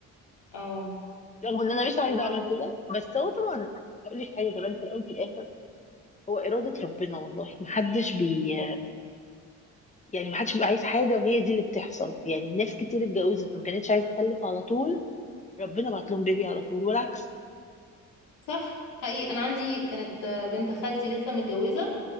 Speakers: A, on the left; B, on the left.
A: اه
B: رغم إن أنا مش عايزة
A: هو
B: أعمل كده بس هو طبعا هقول لك حاجة كمان في الأول في الآخر هو إرادة ربنا والله محدش بي يعني ما حدش بيبقى عايز حاجه وهي دي اللي بتحصل يعني ناس كتير اتجوزت ما كانتش عايزه تخلف على طول ربنا بعت لهم بيبي على طول والعكس
A: صح حقيقي انا عندي كانت آه، بنت خالتي لسه متجوزه